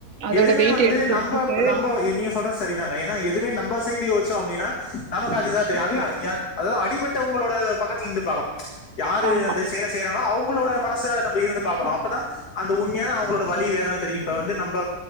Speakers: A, on the right (about 60°); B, on the left (about 80°).
A: அதோட
B: எதுமே
A: வெயிட்ட
B: வந்து
A: எடுத்து
B: நம்ப
A: வச்சுட்டு
B: நம்ப நீங்க சொல்ற சரிதாங்க ஏன்னா எதுமே நம்ப சைடு யோசிச்சோ அப்டின்னா நமக்கு அதுதா தெரியு அதுவே ய அதாது அடிபட்டவங்களோட பக்கத்துல இருந்து பாக்கணு யாரு
A: ஆமா,
B: அந்த செயலை செய்யறாங்களோ அவங்களோட மனச நம்ம இருந்து பாக்கணு அப்பதா அந்த உண்மையான அவங் களோட வலி வேதன தெரியு இப்ப வந்து நம்ப